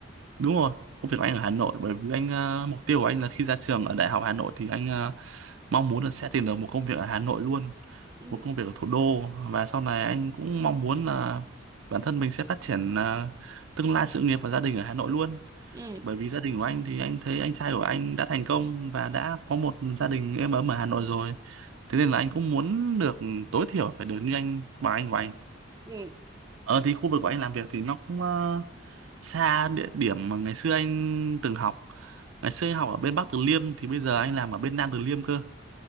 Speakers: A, on the right; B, on the right.
A: đúng rồi công việc của anh ở Hà Nội bởi vì anh à, mục tiêu của anh là khi ra trường ở Đại học Hà Nội thì anh à, mong muốn là sẽ tìm được một công việc ở Hà Nội luôn
B: ừ
A: một công việc ở thủ đô và sau này anh cũng mong muốn là bản thân mình sẽ phát triển à, tương lai sự nghiệp và gia đình ở Hà Nội luôn
B: ừ
A: bởi vì gia đình của anh thì anh thấy anh trai của anh đã thành công và đã có một gia đình êm ấm ở Hà Nội rồi thế nên là anh cũng muốn được tối thiểu phải được như anh bằng anh của anh
B: ừ
A: ờ thì khu vực của anh làm việc thì nó cũng ờ, xa địa điểm mà ngày xưa anh từng học ngày xưa anh học ở bên Bắc Từ Liêm thì bây giờ anh làm ở bên Nam Từ Liêm cơ